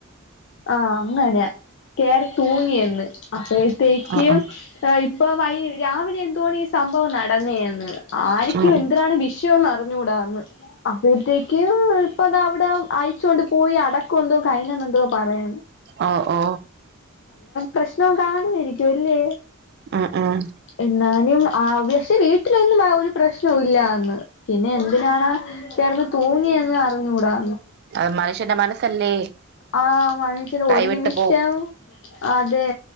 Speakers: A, on the left; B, on the right.
A: ആ അങ്ങനെ കേറി തൂങ്ങി എന്ന് അപ്പഴത്തേക്ക്
B: ആഹ് ആഹ്
A: ഏ ഇപ്പൊ വയ് രാവിലെ എന്തോണി സ് സംഭവം നടന്നയയെന്ന് ആരിക്കു
B: ഉം
A: എന്തിരാണ് വിഷ്യന്ന് അറി ഞ്ഞൂടാന്ന് അപ്പഴത്തേക്ക് ഇപ്പതാ അവിടെ അയ്ച്ചൊണ്ട് പോയി അടക്കൊന്തൊ കഴിഞ്ഞതേന്തുവോ പറയാൻ
B: ഓ ഓ
A: പ്രശ്നവും കാണുവാരിക്കുവല്ലേ
B: ഉം ഉം
A: എന്നാലും ആ ബെഷേ വീട്ടിലൊന്നും ആ ഒരു പ്രശ്ണോല്ലാന്ന് പിന്നെ എന്തിനാണ് കെടന്ന് തൂങ്ങിയെന്ന് അറിഞ്ഞുകൂടാ
B: അഹ് മനുഷ്യന്റെ മനസ്സല്ലേ
A: ആ മനുഷ്യന്
B: കൈവിട്ട്
A: ഒരു നിമിഷം
B: പോവും
A: അതെ